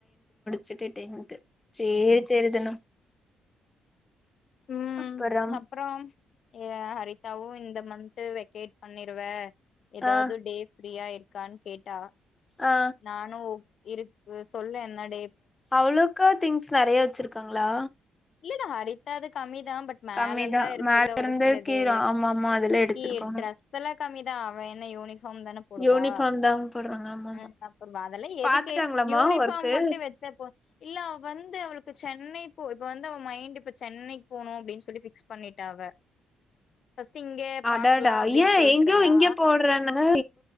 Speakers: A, on the left; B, on the left.
A: செட்டுட்டேன்த்து சேரி
B: ம்
A: சேரி தனு
B: உம்
A: அப்பறம்
B: அப்பறம் ஹரிதாவும் இந்த மந்த் வெக்கேட் பண்ணிருவ ஏதாது
A: ஆ
B: டேப்ஃப்ரீயா இரு க்கான்னு கேட்டா
A: ஆ
B: நானும் இருக்கு சொல்லு என்னட
A: அவ்ளவுக்கா திங்ஸ் நெறைய வச்சிருக் க்காங்ளா
B: <unintelligible> அடித்தது கம்மி <unintelligible> பட் மேல
A: கம்மிதா
B: எல்லாம் இருக்குல்ல
A: மேல இருந்து
B: ஒரு சிலது
A: கீழ ஆமா ஆமா அதெல்லா எடுத்துருப்பாங்க
B: <unintelligible> ரெஸ் எல்லாம் கம்மி தான் அவ <unintelligible> <unintelligible> தான போடுவா
A: யூனிஃபார்ம் தா போடுறாங்க ஆமா
B: <unintelligible>
A: ஆமா
B: அதெல்லாம்
A: பாத்துட்டாங்களாமா
B: எதுக்கு யூனிஃபார்ம்
A: ஒர்க்கு
B: மட்டும் வச்சா போதும் இல்ல வந்து அவளுக்கு செ நீ போ இப்ப வந்து அவ மைண்ட் இப்ப சென்னைக்கு போணும் அப்படின்னு சொல்லி ஃபிக்ஸ் பண்ணிட்டா அவ ஃபர்ஸ்ட் இங்க
A: அடாடா
B: பாக்கலாம் அப்படின்னு
A: ஏன்
B: சொல்ட்டு
A: எங்கோ
B: இருந்தா.
A: இங்க போடுறானுங்க